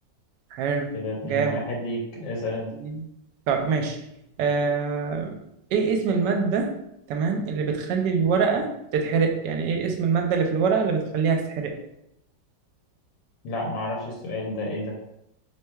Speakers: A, on the right (about 75°); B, on the left (about 85°).
A: حلو
B: كده اتنين
A: جامد
B: واحد ليك اسأل انت
A: مم. طب ماشي آه... ايه اسم المادة تمام اللي بتخلي الورقة تتحرق يعني ايه اسم المادة اللي في الورقة اللي بتخليها تتحرق
B: لا معرفش السؤال ده ايه ده